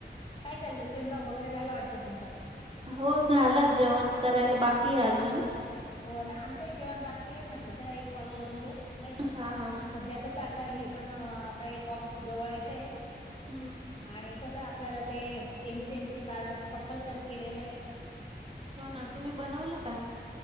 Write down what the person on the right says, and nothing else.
हो झाला जेवण करायला बाकी अजून
हा हा
हम्
हो ना
तुम्ही
बनवलं का?